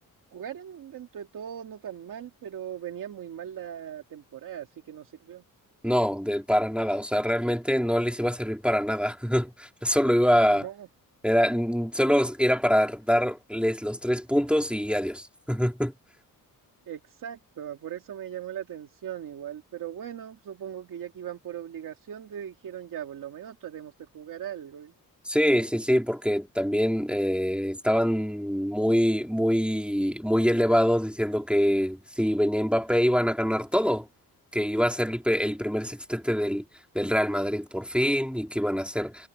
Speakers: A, on the right; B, in the centre.
A: jugaron dentro de todo no tan mal, pero venía muy mal la temporada, así que no sirvió.
B: No, de para nada, o sea, realmente no les iba a servir para nada. <laughs> Solo iba,
A: No,
B: era, mm, solo era para darles los tres puntos y adiós. <laughs>
A: exacto, por eso me llamó la atención igual. Pero bueno, supongo que ya que iban por obligación, te dijeron ya, por lo menos tratemos de jugar algo.
B: Sí, sí, sí, porque también eh, estaban muy, muy, muy elevados diciendo que si venía Mbappé iban a ganar todo, que iba a ser el, pe- el primer sextete del, del Real Madrid por fin y que iban a hacer